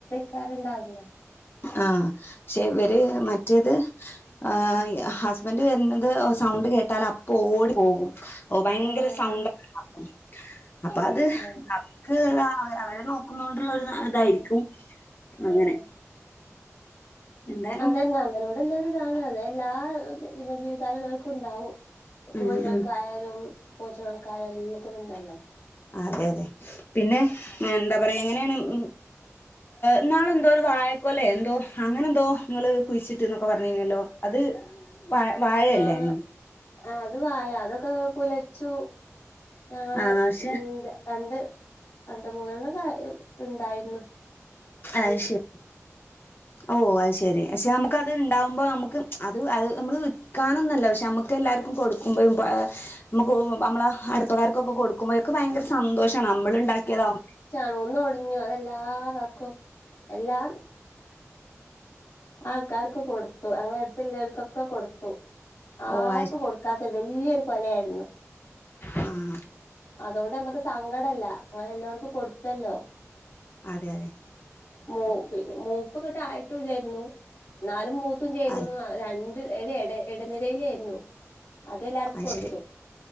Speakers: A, on the left; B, on the left.
A: കറിണ്ടാവൂല്ലേ.
B: ആഹ് പക്ഷെ ഇവര് മറ്റേത് ആഹ് ഹസ്ബന്റ് വര്ണത് സൗണ്ട് കേട്ടാലപ്പ ഓടി പോകും. ഓ ഭയങ്കര
A: ഓഹ്
B: സൗണ്ട്ണ്ടാക്കും അപ്പത്
A: ആഹ് ആഹ്
B: അവർക്ക് അവരെ നോ ന്നൊണ്ടുള്ളരു ഇതായിരിക്കും അങ്ങനെ
A: ആഹ്
B: എന്തായാലും
A: അതെന്നെ അവരോട്ല്ലൊരിതാണ് അതെല്ലാ വിധ ജീവിതാലകൾക്കുണ്ടാവും.
B: ഉം
A: കോഴികൾക്കായാലും.
B: ഉം
A: പോച്ചകൾക്കായാലും. എല്ലത്തിലുണ്ടല്ലോ
B: അതെ അതെ പിന്നെ എന്താ പറയാ എങ്ങനേണ് ഉം. ന്നാളെന്തോരു വായക്കൊല എന്തോ അങ്ങനെന്തോ ങ്ങള് കുഴിച്ചിട്ട് ന്നൊക്കെ പർഞ്ഞീനല്ലോ? അത് വാ വാഴയല്ലായിർന്ന.
A: ആഹ് ആഹ് അത് വായ അതൊക്കെ കുല ച്ചു ഞങ്ങള്
B: ആഹ് പക്ഷെ
A: ഉം രണ്ട്. രണ്ട് മൂന്നെണ്ണം ക ണ്ടായിരുന്നു.
B: അയ് ശരി. ഓ അത് ശരി പക്ഷെ നമുക്കത് ണ്ടാവുമ്പോ നമുക്ക് അത് അത് നമ്മള് വിൽക്കാനൊന്നല്ല പക്ഷെ നമുക്ക് ക്കെല്ലാർക്കും കൊടുക്കുമ്പോ നമുക്ക് നമ്മള അടുപ്പക്കാർക്കൊക്കെ കൊടുക്കുമ്പോ ക്ക് ഭയങ്കര സന്തോഷാണ് നമ്മള്ണ്ടാക്കിയതാവു
A: ണ് ഒന്നൊടിഞ്ഞു അതെല്ലാവർക്കും. എല്ലാ ആൾക്കാർക്ക് കൊടുത്തു ങ്ങങ്ങളെ എട്ത്ത്ല്ലോൽക്കൊക്കെ കൊടുത്തു. ആർക്ക്
B: ഓ
A: കൊടുത്ത കാത്തൊരു വല്യോരു കൊലയായിരുന്നു.
B: ആഹ്
A: അതോണ്ട് നമ്മക്ക് സങ്കടല്ല ങ്ങനെല്ലാർക്കും കൊടുത്തല്ലോ?
B: അതെ അതെ
A: മൂ പിന്നെ മൂപ്പ്ങ്ങട്ട് ആയിട്ടു ഇല്ലായിരുന്നു ന്നാലും മൂത്തും ചെയ്തിരുന്നു.
B: അത്
A: രണ്ട് ഒരു ഇടനിലേലേയ്ർന്നു. അതെല്ലാർക്കും
B: അത്
A: കൊടുത്തു.
B: ശരി